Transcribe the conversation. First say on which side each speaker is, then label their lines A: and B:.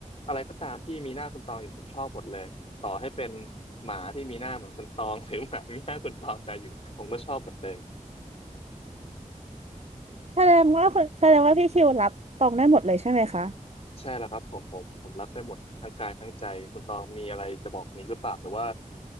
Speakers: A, on the left; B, on the right.
A: อะไรก็ตามที่มีหน้าคุณตองอยู่ผมชอบหมดเลยต่อให้เป็นหมาที่มีหน้าเหมือนคุณตอง <laughs> หรือหมามีหน้าคุณตองแต่อยู่ผมก็ชอบหมดเลย
B: แสดงว่าคุณแสดงว่าพี่คิวรับตองได้หมดเลยใช่ไหมคะ
A: ใช่แล้วครับผมผมผมรับได้หมดทั้งกายทั้งใจคุณตองมีอะไรจะบอกนี้หรือเปล่าหรือว่า